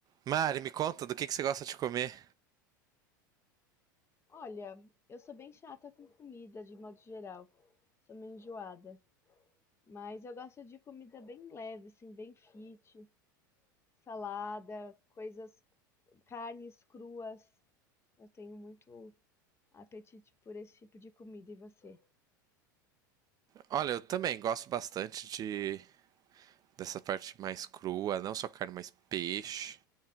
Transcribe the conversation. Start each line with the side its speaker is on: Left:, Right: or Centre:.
Right: Mari, me conta do que, que você gosta de comer.
Left: Olha, eu sou bem chata com comida de modo geral. Sou meio enjoada. Mas eu gosto de comida bem leve, assim, bem fit. Salada, coisas, carnes cruas. Eu tenho muito apetite por esse tipo de comida. E você?
Right: Olha, eu também gosto bastante de dessa parte mais crua, não só carne, mas peixe.